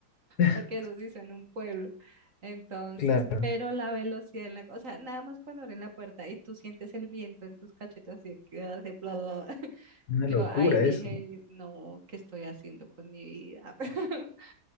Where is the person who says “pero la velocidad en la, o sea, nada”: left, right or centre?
Right